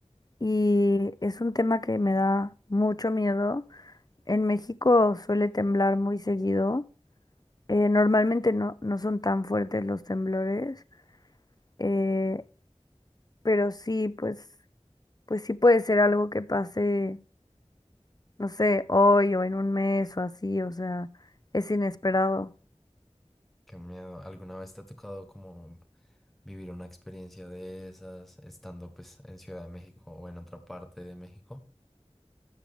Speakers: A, on the left (about 35°); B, in the centre.
A: y es un tema que me da mucho miedo. En México suele temblar muy seguido. Eh, normalmente no, no son tan fuertes los temblores. eh, pero sí, pues pues sí puede ser algo que pase, no sé, hoy o en un mes o así, o sea, es inesperado.
B: Qué miedo. ¿Alguna vez te ha tocado como vivir una experiencia de esas estando pues en Ciudad de México o en otra parte de México?